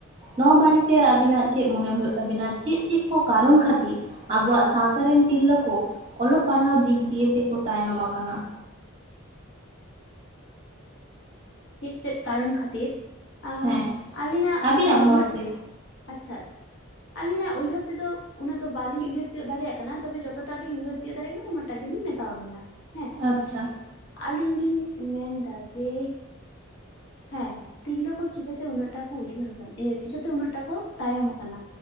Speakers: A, on the right; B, on the left.
A: ᱱᱚᱣᱟ ᱵᱟᱨᱮᱛᱮ ᱟᱵᱤᱱᱟᱜ ᱪᱮᱫ ᱢᱚᱱᱮ ᱦᱩᱭᱩᱜ ᱛᱟᱵᱤᱱᱟ ᱪᱮᱫ ᱪᱮᱫ ᱠᱚ ᱠᱟᱨᱚᱱ ᱠᱷᱟᱹᱛᱤᱨ ᱟᱵᱚᱣᱟᱜ ᱥᱟᱶᱛᱟ ᱨᱮᱱ ᱛᱤᱨᱞᱟᱹ ᱠᱚ ᱚᱞᱚᱜ ᱯᱟᱲᱦᱟᱣ ᱫᱤᱠ ᱫᱤᱭᱮ ᱛᱮᱠᱚ ᱛᱟᱭᱱᱚᱢ ᱟᱠᱟᱱᱟ?
B: ᱪᱮᱫ ᱪᱮᱫ ᱠᱟᱨᱚᱱ ᱠᱷᱟᱹᱛᱤᱨ ᱟ
A: ᱦᱮᱸ
B: ᱟᱹᱞᱤᱧᱟᱜ
A: ᱟᱵᱤᱱᱟᱜ
B: ᱢᱚ
A: ᱢᱚᱛ
B: ᱩᱱᱟᱹᱜ
A: ᱛᱮ
B: ᱟᱪᱪᱷᱟ ᱟᱪᱷ ᱟᱹᱞᱤᱧᱟᱜ ᱩᱭᱦᱟᱹᱨ ᱛᱮᱫᱚ ᱩᱱᱟᱹᱜ ᱫᱚ ᱵᱟᱞᱤᱧ ᱩᱦᱟᱹᱨ ᱛᱤᱭᱚᱜ ᱫᱟᱲᱭᱟᱜ ᱠᱟᱱᱟ ᱛᱚᱵᱮ ᱡᱚᱛᱚ ᱴᱟᱜ ᱞᱤᱧ ᱩᱭᱦᱟᱹᱨ ᱛᱤᱭᱳᱜ ᱫᱟᱲᱮᱭᱟᱜ ᱠᱟᱱᱟ ᱩᱱᱟᱹᱜ ᱴᱟ ᱜᱮᱞᱤᱧ ᱢᱮᱛᱟᱣᱵᱤᱱᱟ ᱦᱮᱸ᱾
A: ᱟᱪᱪᱷᱟ
B: ᱟᱹᱞᱤᱧ ᱞᱤᱧ ᱢᱮᱱᱫᱟ ᱡᱮ ᱦᱮᱸ ᱛᱤᱨᱞᱟᱹ ᱠᱚ ᱪᱤᱠᱟᱹᱛᱮ ᱩᱱᱟᱹᱜ ᱴᱟ ᱠᱚ ᱩᱭᱦᱟᱹᱨ, ᱤᱭᱟᱹ ᱪᱤᱠᱟᱹᱛᱮ ᱩᱱᱟᱹᱜ ᱴᱟ ᱠᱚ ᱛᱟᱭᱚᱢ ᱠᱟᱱᱟ?